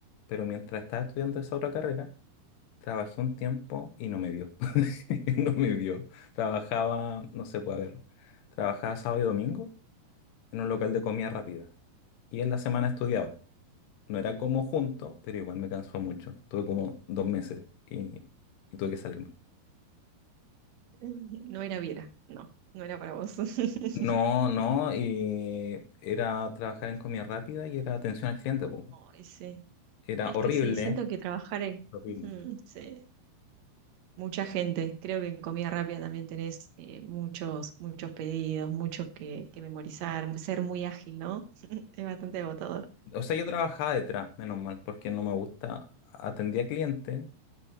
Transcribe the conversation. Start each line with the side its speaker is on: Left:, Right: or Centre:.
Left: pero mientras estaba estudiando esa otra carrera, trabajé un tiempo y no me dio. <laughs> No me dio. Trabajaba, no sé, puede ver, trabajaba sábado y domingo en un local de comida
Right: Sí.
Left: rápida
Right: <laughs>
Left: y en la semana estudiaba. No era como junto, pero igual me cansó mucho. Tuve como dos meses y, y tuve que salirme.
Right: No era vida, no, no era para vos. <laughs>
Left: No, no, y era trabajar en comida rápida y era atención al cliente, po.
Right: Ay, sí.
Left: Era
Right: Es
Left: horrible,
Right: que sí, siento que trabajar en...
Left: Horrible.
Right: Ujú, sí. mucha gente. Creo que en comida rápida también tenés eh, muchos, muchos pedidos, muchos que, que memorizar, ser muy ágil, ¿no? <laughs> Es bastante agotador.
Left: O sea, yo trabajaba detrás, menos mal, porque no me gusta. Atendía clientes,